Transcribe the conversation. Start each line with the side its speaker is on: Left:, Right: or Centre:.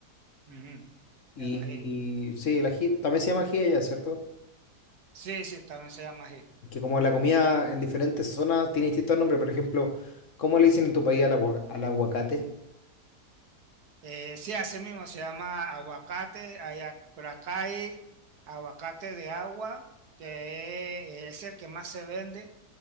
Right: Ujú,
Left: Y,
Right: el ají.
Left: y sí, el ají también se llama ají allá, ¿cierto?
Right: Sí, sí, también se llama ají.
Left: Que como la comida en diferentes zonas tiene distintos nombres, por ejemplo, ¿cómo le dicen en tu país al, agua- al aguacate?
Right: Eh, sí, así mismo se llama aguacate, allá- pero acá hay aguacate de agua, que eh, es el que más se vende.